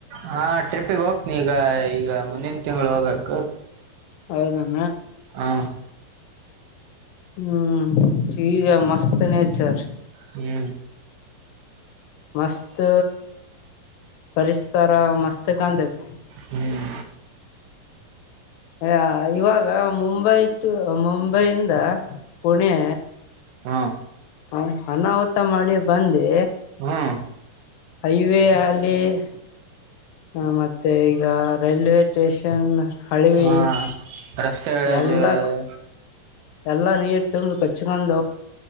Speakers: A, on the right (about 75°); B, on the left (about 80°).
A: ಹ ರಿಪಿಗೆ ಹೋಗ್ತನಿ ಈಗ ಈಗ ಮುಂದಿನ ತಿಂಗಳು ಹೋಗಕ್
B: ಹೌದಣ
A: ಹಾ
B: ಹ್ಮ್ ಈೀಗ ಮಸ್ತ್ ನೇಚರ್
A: ಹ್ಮ್
B: ಮಸ್ತ್ ಪರಿಸತರ ಮಸ್ತ್ ಕತ್
A: ಹ್ಮ್
B: ಅ ಇವಾಗ ಮುಂಬೈ ಟು ಮುಂಬೈಯಿಂದ ಪುಣೆ
A: ಹ್ಮ
B: ಹ ಅನ್ನ ತ್ತ ಮಾಡಿ ಬಂದೆ
A: ಹ್ಮ್
B: ಹೈವೇ ಅಲ್ಲಿ ಮತ್ತೆ ಮತ್ತೆ ಈಗ ರೈಲ್ವೆ ಸ್ಟೇಷನ್ ಹಳವಿ
A: ಹ ರಸ್ತೆಗಳಲ್ಲಿ
B: ಎಲ್ಲಾ
A: ಇರೋದು
B: ಎಲ್ಲಾ ನೀರು ತಿಂದ ಕಚ್ಕೊಂಡ